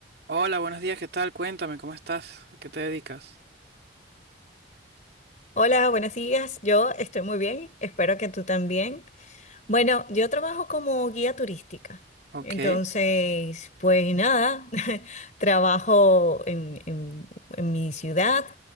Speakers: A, on the right; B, on the left.
A: Hola, buenos días, ¿qué tal? Cuéntame, ¿cómo estás? ¿A qué te dedicas?
B: Hola, buenos días. Yo estoy muy bien, espero que tú también. Bueno, yo trabajo como guía turística.
A: Ok,
B: Entonces, pues nada, <laughs> trabajo en, en- en mi ciudad.